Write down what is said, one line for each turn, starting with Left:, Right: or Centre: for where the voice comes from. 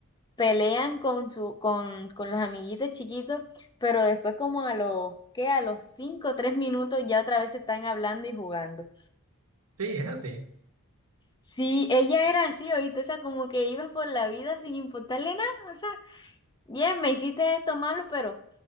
Left: pelean con su, con, con los amiguitos chiquitos, pero después como a los, ¿qué? A los cinco o tres minutos ya otra vez están hablando y jugando.
Right: Sí, es así.
Left: Sí, ella era así, oíste, o sea, como que ibas por la vida sin importarle nada, o sea, bien, me hiciste esto malo, pero,